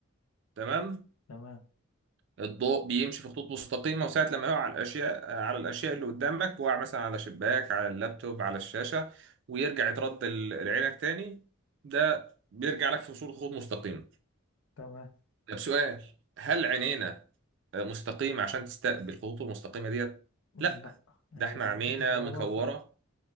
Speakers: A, on the right; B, on the left.
A: تمام
B: تمام
A: الضوء بيمشي في خطوط مستقيمة وساعة لما يقع على الأشياء على الأشياء اللي قدامك وقع مثلا على شباك على اللابتوب على الشاشة ويرجع يترد ل- لعينك تاني ده بيرجع لك في صورة خطوط مستقيمة
B: تمام
A: طب سؤال هل عينينا مستقيمة عشان تستقبل الخطوط المستقيمة ديت؟
B: مم،
A: لا
B: لا يعني
A: ده احنا
B: انا
A: عينينا
B: م- مجوفة
A: مكورة